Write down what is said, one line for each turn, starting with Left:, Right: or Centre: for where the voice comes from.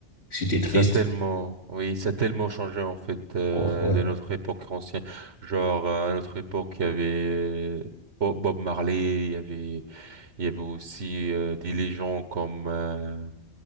Left: si t'es triste,
Right: Ça a tellement, oui, ça a tellement changé en fait euh,
Left: ouais, ouais,
Right: de notre époque ancienne. Genre euh, à notre époque, il y avait euh, Bo- Bob Marley, il y avait, il y avait aussi euh, des légendes comme euh,